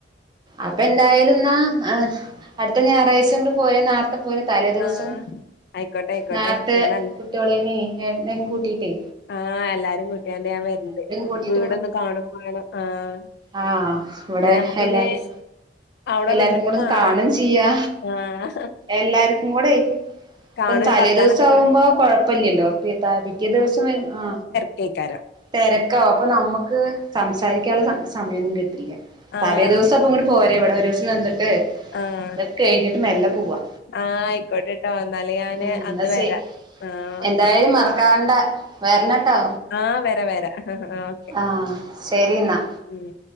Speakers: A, on the right; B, on the left.
A: അപ്പൊ എന്തായാലുന്നാ അടുത്ത ഹെ ഞായറാഴ്ച്ച ഇങ്ങട് പോര് നർ ത്തെ പോര് തലേ ദിവസോം
B: ആഹ് ആയിക്കോട്ടെ ആയിക്കോട്ടെ
A: നേർത്തെ
B: ഞാൻ അൽ
A: കുട്ട്യോളേനേം ഏട്ടനേം കൂട്ടീട്ടേ
B: ആ എല്ലാരേം കുട്ടിയാണ്ട് ഞാൻ വരണ്ട്
A: കൂട്ടിട്ട്
B: വീടൊന്ന് കാണും വേണം ആഹ്
A: ആ ഇവിടെ
B: എന്നാ ഞമ്മക്കിനി
A: എല്ലാരും
B: അവിടെ
A: എല്ലാർക്കും
B: വന്നിട്ട്
A: കൂടെ ഒന്ന്
B: കാണാം
A: കാണും ചെയ്യാ
B: ആഹ്
A: എല്ലാർക്കും കൂടെ
B: കാണും
A: പ്പം തലേ
B: വർത്താനൊക്കെ
A: ദിവസം ആവുമ്പോ
B: പറയും
A: കൊഴപ്പില്ലല്ലോ പി പിറ്റേ ദിവസം വരും ആ
B: അയ്കാരം
A: തെരക്കാവും അപ്പൊ നമ്മക്ക് സംസാരിക്കാള്ള സമയൊന്നും കിട്ടില്ല
B: ആഹ്
A: തലേ
B: എന്താ
A: ദിവസം അപ്പൊ ഇങ്ങട് പോരെ ഇവിടെ ഒരു ദിവസം നിന്നിട്ട്
B: ആഹ്
A: ഇതൊക്കെ കഴിഞ്ഞിട്ട് മെല്ലെ പോവാ.
B: ആഹ് ആയിക്കോട്ടെട്ടോ എന്നാല് ഞാന്
A: ഉം
B: അന്ന്
A: എന്നാ
B: വരാ.
A: ശരി
B: ആഹ്
A: എന്തായാലും
B: ഓക്കെ
A: മറക്കാണ്ടെ വരണട്ടൊ.
B: ആഹ് വരാ വരാ ആഹ്.
A: ആഹ് ശരി ന്നാ
B: ഉം